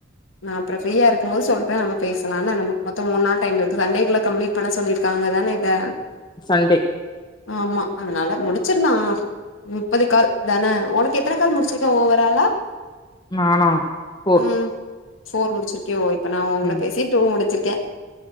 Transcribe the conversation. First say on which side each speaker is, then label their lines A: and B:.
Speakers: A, on the left (about 90°); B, on the left (about 25°).
A: நா அப்றோ ஃரீயா இருக்கு போது சொல்ற நம்ம பேசலா ஆனா நமக்கு மொத்த மூனு நாள் டைம் இருக்கு சண்டேக்குள்ள கம்ளிட் பண்ண சொல்லிருக்காங்க தானே இத
B: சண்டே
A: ஆமா அதனால முடிச்சிர்லா முப்பது கால் தானே ஒனக்கு எத்தன கால் முடிச்சிருக்க ஓவராலா
B: நானா போர்
A: ம் ஃபோர் முடிச்சிர்க்கியோ இப்ப நான ஒங்குட
B: ம்
A: பேசியே டூ முடிச்சிர்க்கே